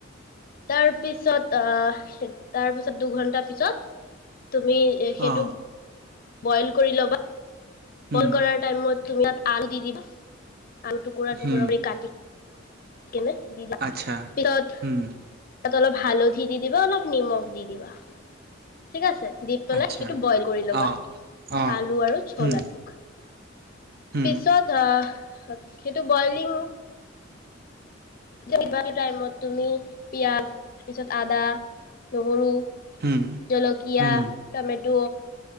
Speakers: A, on the left; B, on the right.
A: তাৰ পিছত আহ তাৰপিছত দুঘন্টাৰ পিছত তুমি সেইটো।
B: অ
A: বইল কৰি ল'বা।
B: হুম
A: বল কৰাৰ টাইমত তুমি ইয়াত আলু দিদি বা আলু টুকুৰা
B: হুম
A: টুকুৰা বুলি কাটি কনে দি
B: আচ্ছা
A: পিছত
B: হুম
A: অলপ হালধি দি দিবা অলপ নিমখ দি দিবা। ঠিক আছে দি পেলাই
B: আচ্ছা
A: সেইটো বইল কৰি ল'বা
B: অ অ
A: আলু আৰু চৌলাটোক
B: হুম হুম
A: পিছোত আ সেইটো বইলিং কিব টাইমত তুমি পিয়াজ তাৰপিছত আদা নহৰু
B: হুম
A: জলকীয়া
B: হুম
A: টমেটো